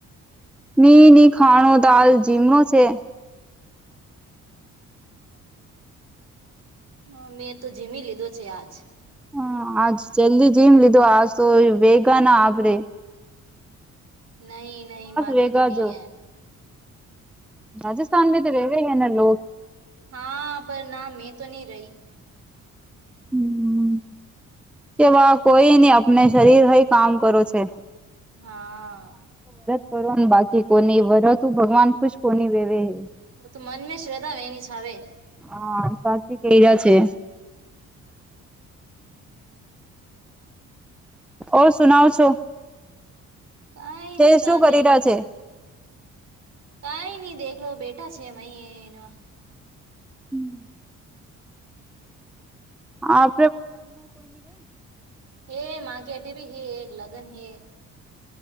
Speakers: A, in the centre; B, on the right (about 55°).
A: ની ની ખાણો દાલ જીમ જ છે <inaudible>
B: હા, મેં તો જીમી લીધો છે આજ.
A: હ આજ જલ્દી જીમ લીધો આજ તો ભેગા ના આપરેે <inaudible>
B: નહી નહી માકે
A: વેગા
B: તો નહી
A: જો
B: હે <inaudible>
A: રાજસ્થાન <inaudible>
B: હા, પર ના મેં તો નહી રહી.
A: હમ. કેવા કોઈ નહીં આપને શરીર હય કામ કરો છે.
B: હા.
A: કરોન બાકી કોની વર તું ભગવાન કુંછ કોની વેવે હે <inaudible>
B: ઓ તો મનમાં શ્રદ્ધા એની છે.
A: હા, સાચી કહ્યા જ છે. ઓ સુનાઉ છો <inaudible>
B: કઈ
A: છે શું
B: દે
A: કરી રહ્યા છે
B: કઈ નહી દેખલો બેટા <inaudible> <inaudible>
A: હમ. હા.
B: હે માગ અઢભી હે એક લગન હે <inaudible>